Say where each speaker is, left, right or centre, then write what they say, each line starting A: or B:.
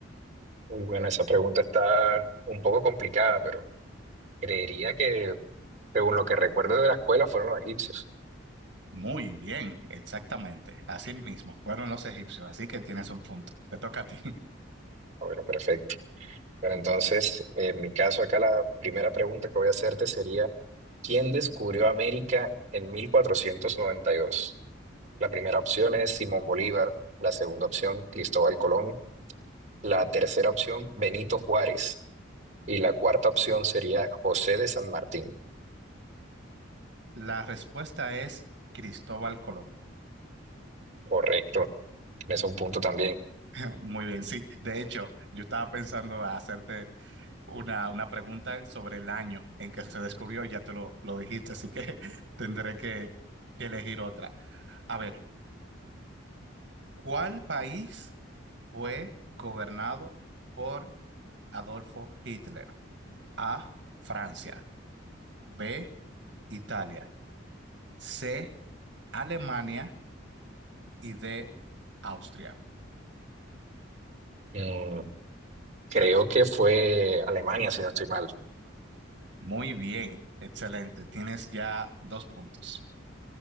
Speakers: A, on the right; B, on the right.
A: Y bueno, esa pregunta está un poco complicada, pero creería que, según lo que recuerdo de la escuela, fueron los egipcios.
B: Muy bien, exactamente. Así mismo, fueron los egipcios, así que tienes un punto. Te toca a ti. <laughs>
A: Ah, Bueno, perfecto. Bueno, entonces, en mi caso, acá la primera pregunta que voy a hacerte sería, ¿quién descubrió América en 1492? La primera opción es Simón Bolívar, la segunda opción, Cristóbal Colón, la tercera opción, Benito Juárez, y la cuarta opción sería José de San Martín.
B: La respuesta es Cristóbal Colón.
A: Correcto. es un punto también.
B: <laughs> Muy bien, sí. De hecho, yo estaba pensando a hacerte una, una pregunta sobre el año en que se descubrió, ya te lo, lo dijiste, así que <laughs> tendré que, que elegir otra. A ver, ¿cuál país fue gobernado por Adolfo Hitler? A, Francia, B, Italia, C, Alemania y D, Austria.
A: Mm, creo que fue Alemania, si no estoy mal.
B: Muy bien, excelente. Tienes ya dos puntos.